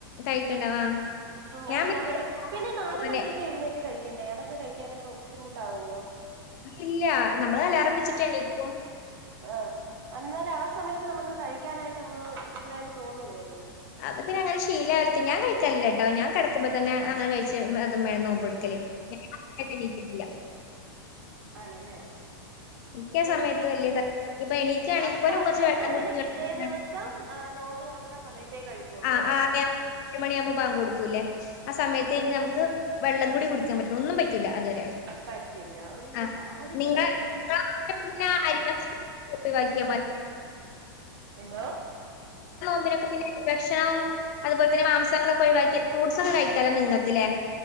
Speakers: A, on the left; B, on the right.
A: കഴിക്കണ്ട ആഹ് ഞാൻ
B: ഉം
A: പിന്നെ
B: വേളുപ്പിന് നാല്
A: അങ്ങനെ
B: മണിക്കൊക്കെ എഴുന്നേറ്റ് കഴി ക്കണ്ടേ അതൊക്കെ കഴിക്കാനാ ബുദ്ധിമുട്ടാവുമോ
A: ഇല്ല നമ്മള് അലാറം വെച്ചട്ട് ഏണിക്കും
B: ആഹ് എന്നാല് ആ സമയത്ത് നമുക്ക് കഴിക്കാനായിട്ട് അങ്ങ് ഇതായിട്ട് തോന്നുല്ലേ
A: അത് പിന്നെ അങ്ങനെ ശീലാൾക്ക് ഞാൻ കഴിക്കാല്ല ട്ടോ ഞാൻ കിടുമ്പോ തന്നേ അങ്ങനെ കഴിച്ച് അതും മേ നോമ്പ് എടുക്കല് <unintelligible>
B: ആണല്ലേ
A: മിക്ക
B: അപ്പൊ
A: സമയത്ത്
B: ഇനി പി
A: വലിയ ത ഇപ്പൊ എണിക്കാണെങ്കിൽ
B: അപ്പൊ
A: പോലും
B: അത്
A: കുറച്ച്
B: കഴിഞ്ഞാ
A: വെള്ളം
B: പിന്നെ
A: കുടിച്ച്
B: പിറ്റേ
A: കിടക്കു
B: ദിവസം നോമ്പ് തുറക്കുന്ന സമയത്തേ കഴിക്കുള്ളൂ
A: ആഹ് <unintelligible>
B: അല്ലെ
A: അഞ്ച് മണിയാകുമ്പോ ബാങ്ക് കൊടുക്കൂല്ലേ ആ സമയത്ത്
B: ആഹ്
A: നമുക്ക് വെള്ളം കൂടി കുടിക്കൻ പറ്റുല്ല ഒന്നും പ റ്റൂല്ല അതുവരെ
B: പറ്റില്ല അയ്യോ
A: ആഹ്
B: സമ്മതിക്കണം
A: <unintelligible>
B: കേട്ടോ എന്തോ
A: <unintelligible> അതുപലെ തന്നെ മാംസങ്ങളൊക്കെ ഒഴിവാക്കി ഫ്രൂട്ട്സ് ഒക്കെ കഴിക്കാലോ നിങ്ങക്ക്ലെ